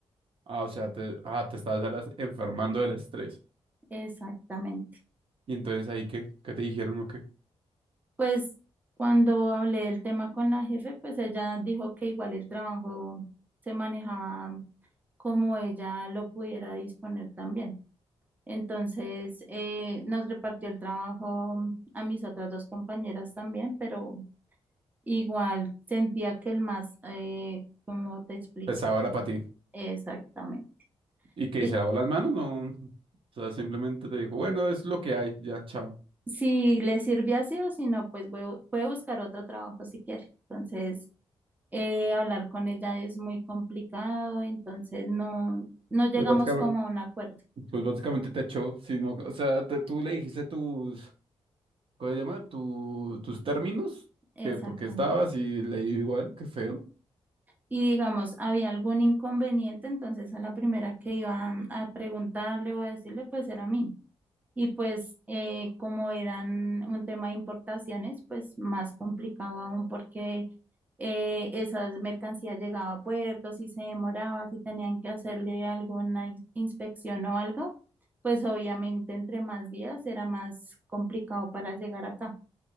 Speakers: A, on the right (about 55°); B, on the right (about 15°).
A: Ah, o sea, te, ah, te estabas era enfermando del estrés.
B: Exactamente.
A: Y entonces ahí, ¿qué, qué te dijeron o qué?
B: Pues cuando hablé del tema con la jefe, pues ella dijo que igual el trabajo se manejaba como ella lo pudiera disponer también. Entonces, eh, nos repartió el trabajo a mis otras dos compañeras también, pero Igual sentía que el más, eh, ¿cómo te explico?
A: Pesaba era para ti.
B: Exactamente.
A: ¿Y qué?
B: Di-
A: ¿Y ¿Se lavó las manos? No. O sea, simplemente te dijo, bueno, es lo que hay, ya, chao.
B: Si le sirve así o si no, pues voy- puede buscar otro trabajo si quiere. Entonces, eh, hablar con ella es muy complicado, entonces no, no llegamos
A: Pues básicamente,
B: como a un acuerdo.
A: pues básicamente te echó, sino, o sea, te- tú le dijiste tus, ¿Cómo se llama? ¿Tu, tus términos?
B: Exactamente.
A: Que porque estabas y leí igual, qué feo.
B: Y digamos, había algún inconveniente, entonces a la primera que iba a preguntarle o a decirle, pues era a mí. Y pues eh, como eran un tema de importaciones, pues más complicado aún porque eh, esas mercancías llegaban a puertos y se demoraba, si tenían que hacerle alguna ins- inspección o algo, pues obviamente entre más días era más complicado para llegar acá.